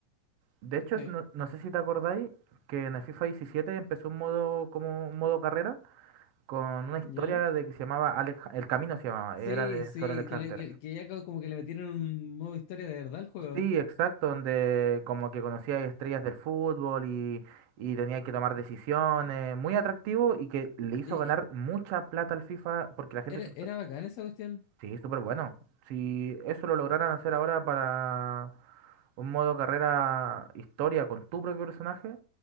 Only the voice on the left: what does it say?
Sí.
¿Ya?
Sí,
sí,
que,
le- que- que ya co- como que le metieron un modo historia de verdad al juego.
Y-
y-
era,
era bacán esa cuestión.